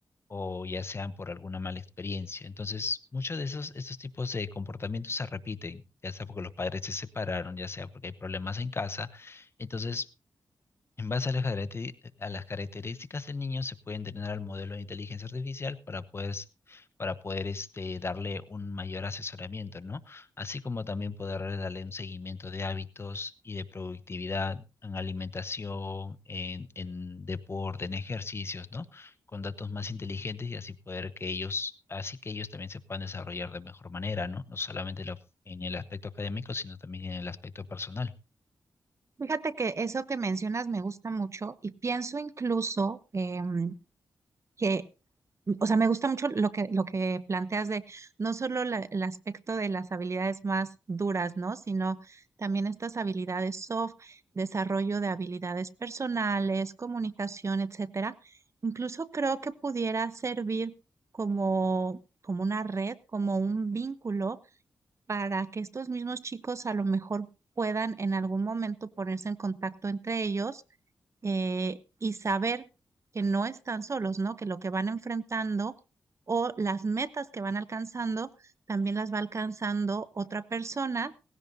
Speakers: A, on the left; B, on the right.
A: o ya sean por alguna mala experiencia. Entonces, muchos de esos, estos tipos de comportamientos se repiten, ya sea porque los padres se separaron, ya sea porque hay problemas en casa. Entonces, en base a las, caracteri- a las características del niño, se puede entrenar al modelo de inteligencia artificial para poder, para poder este, darle un mayor asesoramiento, ¿no? Así como también poder darle un seguimiento de hábitos y de productividad en alimentación, en, en deporte, en ejercicios, ¿no? Con datos más inteligentes y así poder que ellos, así que ellos también se puedan desarrollar de mejor manera, ¿no? No solamente la- en el aspecto académico, sino también en el aspecto personal.
B: Fíjate que eso que mencionas me gusta mucho y pienso incluso em, que O sea, me gusta mucho lo que, lo que planteas de no solo la- el aspecto de las habilidades más duras, ¿no? Sino también estas habilidades soft, desarrollo de habilidades personales, comunicación, etcétera. Incluso creo que pudiera servir como, como una red, como un vínculo para que estos mismos chicos a lo mejor puedan en algún momento ponerse en contacto entre ellos eh, y saber que no están solos, ¿no? Que lo que van enfrentando o las metas que van alcanzando también las va alcanzando otra persona